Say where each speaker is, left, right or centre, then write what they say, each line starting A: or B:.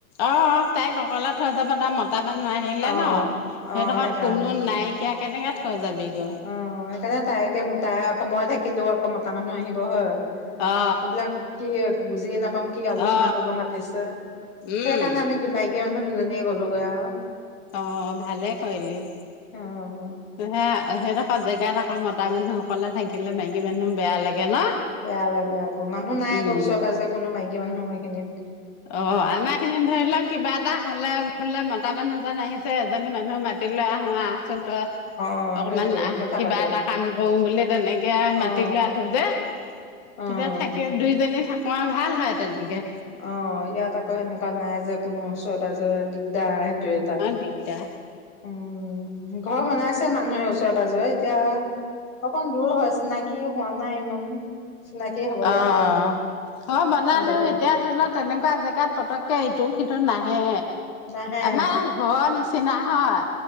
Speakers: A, on the left; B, on the left.
A: অ, তাইক অকলে থৈ যাব তাৰ মা মানুহ আহিলে
B: অ',
A: ন' সেইডোখৰত
B: অ', সেইকাৰণে
A: কোনো নাইকিয়া কেনেকে থৈ যাবি গৈ।
B: অ, সেইকাৰণে তাইকে তাই আকৌ মই থাকিলেও আকৌ মতা মানুহ আহিব হয়।
A: অ
B: সেইবিলাক কি বুজিয়ে নাপাম কি আলোচনা
A: অ
B: কৰিবা মাতিছে।
A: উম
B: সেইকাৰণে আমি মাইকী মানুহ দুজনীয়ে গ'লোগৈ আৰু।
A: অ, ভালে কৰিলি।
B: অ, অ।
A: সেয়া সেইডোখ জেগাত আকৌ মতা মানুহ অকলে থাকিলে মাইকীৰ মানুহ বেয়া লাগে ন?
B: বেয়া লাগে আকৌ মানুহ নাই আকৌ
A: উম
B: ওচৰে পাজৰে কোনো মাইকী মানুহ সেইখিনিত।
A: অ, আমাৰ এইখিনিত ধৰি লওক কিবা এটা হ'লে বোলে মতা মানুহজন আহিছে এজনী মানুহ মাতি লৈ আহো আহচোন তই।
B: অ',
A: অকমান
B: সেইটোৱে
A: আহ
B: কথা
A: কিবা
B: পাতো
A: এটা কাম কৰো বুলি তেনেকে আৰু
B: অ',
A: মাতিলৈ আহো যে।
B: অ'।
A: তেতিয়া থাকি দুইজনী থাকো আৰু ভাল হয় তেনেকে।
B: অ, ইয়াত আকৌ তেনেকুৱা নাই যে কোনো ওচৰে-পাজৰে দিগদাৰ সেইটো এটা।
A: দিগদা।
B: উম' ঘৰ বনাইছে মানুহে ওচৰে পাজৰে এতিয়া- অকণ দূৰ হয়, চিনাকি হোৱা নাই ইমান। চিনাকি হ'ব লাগিব
A: অঁঅ
B: আৰু
A: ঘ বনালেও
B: সিহঁতৰ লগত
A: এতিয়া ধৰিলক- তেনেকুৱা জেগাত পতককে ইটো সিটো নাহে।
B: নাহে
A: আমাৰ ঘৰ নিচি- চিনা হয়।